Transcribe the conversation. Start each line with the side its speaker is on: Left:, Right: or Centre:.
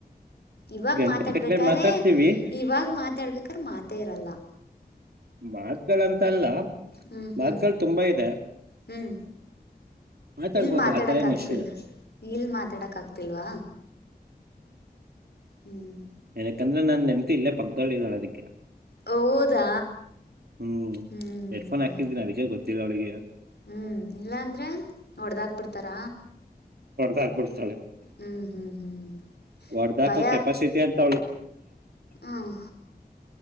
Left: ಇವಾಗ
Right: ಗಂಟೆ
Left: ಮಾತಾಡ್ಬೇಕ್
Right: ಕಟ್ಲೆ
Left: ಆರೆ
Right: ಮಾತಾಡ್ತೀವಿ
Left: ಇವಾಗ ಮಾತಾಡ್ಬೇಕರ ಮಾತೆ ಇರಲ್ಲ.
Right: ಮಾತ್ಗಳಂತಲ್ಲ
Left: ಹ್ಮ್ ಹ್ಮ್
Right: ಮಾತ್ಗಳ ತುಂಬಾ ಇದೆ.
Left: ಹ್ಮ್
Right: <inaudible>
Left: ಇಲ್ ಮಾತಾಡಕ್
Right: ಆತರ ಏನ್
Left: ಆಗ್ತಿಲ್
Right: ಇಷ್ಟಿಲ್ಲ
Left: ಇಲ್ ಮಾತಾಡಕ್ ಆಗ್ತಿಲ್ವಾ. ಹ್ಮ್
Right: ಎನಿಕ್ ಅಂದ್ರೆ ನನ್ನ ಹೆಂಡ್ತಿ ಇಲ್ಲೆ ಪಕ್ಕದಲ್ಲಿ ಇದಾಳ ಅದಿಕ್ಕೆ.
Left: ಹೌದಾ
Right: ಹ್ಮ್
Left: ಹ್ಮ್
Right: ಎಡ್ಫೋನ್
Left: ಹ್ಮ್
Right: ಹಾಕ್ಕಿದ್ದೀನಿ ಅದಕ್ಕೆ ಗೊತ್ತಿಲ್ಲ ಅವಳಿಗೆ
Left: ಹ್ಮ್ ಇಲ್ಲ ಅಂದ್ರೆ ಹೊಡ್ದಾಕ್ ಬಿಡ್ತಾರ
Right: ಹೊಡ್ದ ಹಾಕ್ಬಿಡ್ತಾಳೆ
Left: ಹ್ಮ್ ಹ್ಮ್ ಹ್ಮ್
Right: ಹೊಡ್ದಾಕ
Left: ಭಯ
Right: ಕೆಪಾಸಿಟಿ ಅಂತ
Left: ಹ್ಮ್